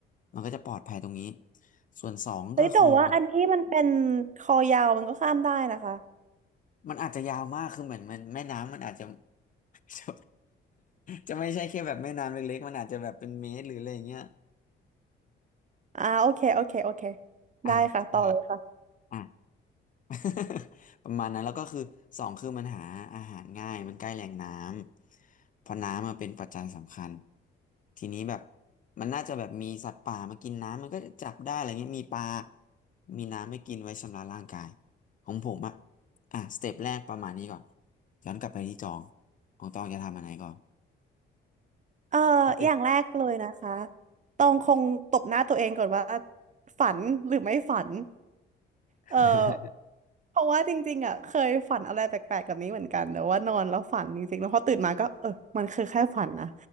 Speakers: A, on the left; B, on the right.
A: มันก็จะปลอดภัยตรงนี้ส่วนสองก็คือมัน
B: เฮ้ยแต่ว่าอันที่มันเป็นคอยาวมันก็ข้ามได้นะคะ
A: มันอาจจะยาวมากคือเหมือนมันแม่น้ำมันอาจจะ <laughs> จะจะไม่ใช่แค่แบบแม่น้ำเล็กๆมันอาจจะแบบเป็นเมตรหรืออะไรอย่างเงี้ย
B: อ่าโอเคโอเคโอเค
A: อ่าใช่
B: ได้ค่ะต่อเลยค่ะ
A: อ่ะ <laughs> ประมาณนั้นแล้วก็คือสองคือมันหาอาหารง่ายมันใกล้แหล่งน้ำเพราะน้ำมาเป็นปัจจัยสำคัญทีนี้แบบมันน่าจะแบบมีสัตว์ป่ามากินน้ำมันก็จะจับได้อะไรเงี้ยมีปลามีน้ำให้กินไว้ชำระร่างกายของผมอะอ่ะสเต็ปแรกประมาณนี้ก่อนย้อนกลับไปที่ตองของตองจะทำอะไรก่อน
B: เอ่ออย่างแรกเลยนะคะ
A: ถ้าติด
B: ต้องคงตบหน้าตัวเองก่อนว่าฝันหรือไม่ฝัน
A: <laughs>
B: เออเพราะว่าจริงๆอ่ะเคยฝันอะไรแปลกๆแบบนี้เหมือนกันแต่ว่านอนแล้วฝันจริงๆแล้วพอตื่นมาก็เออมันคือแค่ฝันนะ